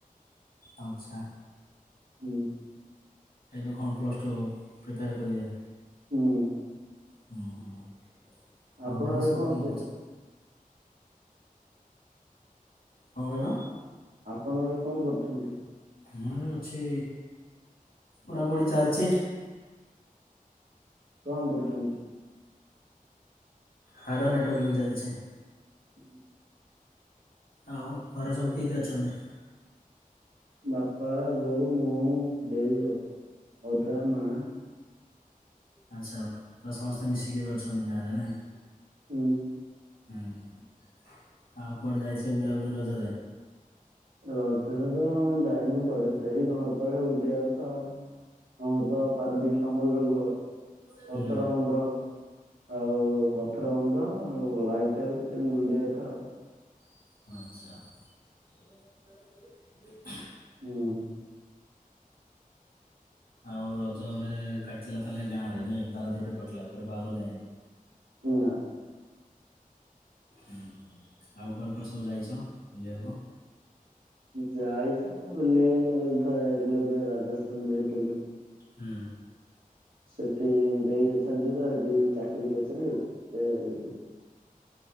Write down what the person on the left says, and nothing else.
ଆଚ୍ଛା।
ଏବେ କଣ ପ୍ଲସ୍ ଟୁ ପ୍ରିପେୟାର କରିଆ?
ହୁଁ ହୁଁ। ଆଉ
ଘରେ
ସବୁ
କିଏ
ଅଛ କଣ କହିଲ?
ମୋର ଅଛି ପଢ଼ା ପଢ଼ି ଚାଲଚି।
ହାର୍ଡ଼ର୍ ନେଟୱାର୍କିଂ ଚାଲଛି।
ଆଉ ଘରେ ସବୁ କିଏ କିଏ ଅଛନ୍ତି?
ଆଚ୍ଛା ପୁରା ସମସ୍ତେ ମିଶିକି ଏବେ ଅଛନ୍ତି ଗାଁରେ ନାଇଁ।
ହୁଁ ହୁଁ। ଆଉ କୁଆଡ଼େ ଯାଇଥିଲେ ବୁଲାବୁଲି ରଜରେ?
ହୁଁ
ଆଚ୍ଛା।
ଆଉ ରଜରେ କାଚିଲା ତାହେଲେ ଗାଁରେ ନାଇଁ ପାରାଦ୍ୱୀପ ରେ କଟିଲା କୁଆଡ଼େ ବାହାରକୁ ଯାଇନ।
ହୁଁ ହୁଁ ଆଉ କୁଆଡେ କୁଆଡେ ସବୁ ଯାଇଛ ବୁଲିଆକୁ?
ହୁଁ।